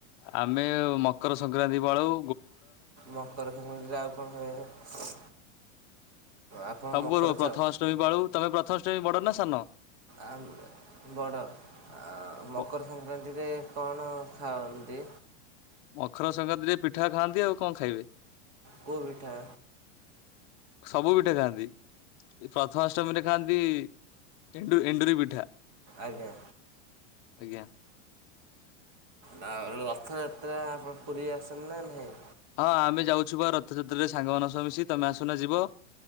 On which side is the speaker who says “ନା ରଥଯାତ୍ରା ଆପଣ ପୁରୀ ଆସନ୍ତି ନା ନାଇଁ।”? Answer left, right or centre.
Right